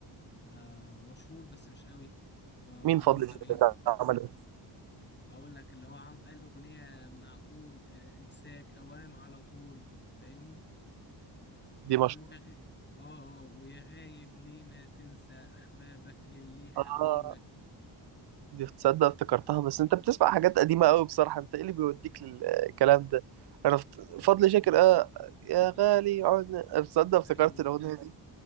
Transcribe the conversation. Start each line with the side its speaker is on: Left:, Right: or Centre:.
Left: آه مشهور بس مش قوي آه
Right: مين فضل
Left: ليه متابعين
Right: الشتاء ده عمل إيه؟
Left: اقول لك اللي هو عم قال اغنيه معقول آه انساك اوام على طول فاهمني
Right: دي
Left: ويا غ... اه اه ويا غايب ليه ما تنسى احبابك اللي حبونك
Right: مشهورة؟ دي تصدق افتكرتها بس انت بتسمع حاجات قديمة قوي بصراحة انت ايه اللي بيوديك للكلام ده انا فت- فضل شاكر اه يا غالي عنا تصدق افتكرت
Left: ايوه
Right: الاغنية دي